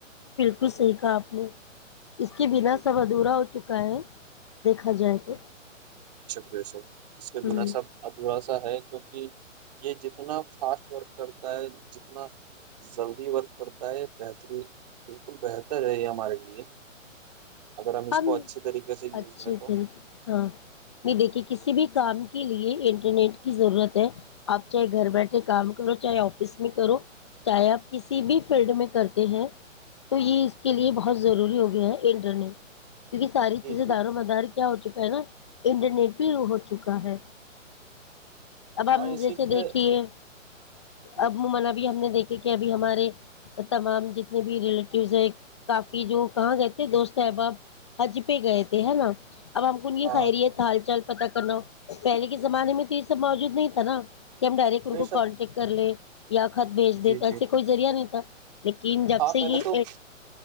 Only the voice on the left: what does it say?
کسے کا آپو اس کے بنا
سب
ادھورا ہو چکا ہے دیکھا جائے تو
ہوں
ہم
اچھے
ہاں نہیں دیکھیے کسی بھی کام کے لیے انٹرنیٹ کی ضرورت ہے آپ چاہے گھر بیٹھے کام کرو چاہے آفس میں کرو چاہے آپ کسی بھی فیلڈ میں کرتے ہیں تو یہ اس کے لیے بہت ضروری ہو گیا ہے انٹرنیٹ کیکہ ساری
چیزیں
داروں مدار کیا ہو چکا ہے نا انٹرنیٹ بھی ہو چکا ہے اب
ہم
جیسے
دیکھیے
اب م منب ہم نے دیکھی کہ ابھی ہمارے تمام جتنے بھی ریلیٹوز ہے کافی جو کہاں گئے تھے دوست احباب حج پہ گئے تھے ہے نا اب ہم کون یہ
خیریت ہال چل پتا کرنا پہلے کے زمانے میں تو یہ سب موجود نہیں تھا نا کہ ہم ڈائریکٹ ان
کو
کانٹیکٹ کر لیں یا خط بھیج
دےتا ایسے
کوئی ذریعہ نہیں تھا لیکن جب
سے
یہ